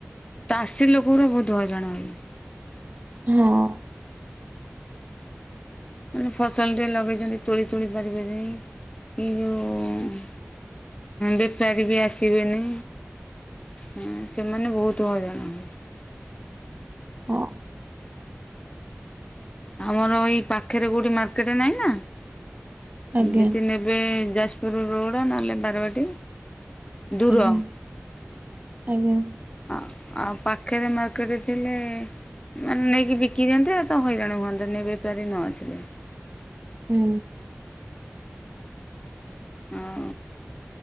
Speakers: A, on the left (about 25°); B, on the right (about 35°).
A: ଚାଷୀ ଲୋକଙ୍କର ବହୁତ ହଇରାଣ ହୁଏ।
B: ହଁ।
A: ମାନେ ଫସଲଟେ ଲଗେଇଛନ୍ତି ତୋଳି ତୋଳି ପାରିବେନି ଏଇ ଯୋଉ ବେପାରୀ ବି ଆସିବେନି। ହଁ ସେମାନେ ବହୁତ ହଇରାଣ ହନ୍ତି।
B: ହଁ।
A: ଆମର ଏଇ ପାଖରେ କୋଉଠି ମାର୍କେଟ ନାଇଁ ନା
B: ଆଜ୍ଞା।
A: ନେ ଏବେ ଯାଜପୁର ରୋଡ ନହେଲେ ବାରବାଟୀ। ଦୂର।
B: ଆଜ୍ଞା ଆଜ୍ଞା
A: ହଁ ଆଉ ପାଖରେ ମାର୍କେଟରେ ଥିଲେ ମାନେ ନେଇକି ବିକି ଦିଅନ୍ତ ଆଉ ତ ହଇରାଣ ହୁ ଆନ୍ଦନୀ ବେପାରୀ ନ ଆସିଲେ
B: ହୁଁ।
A: ହଉ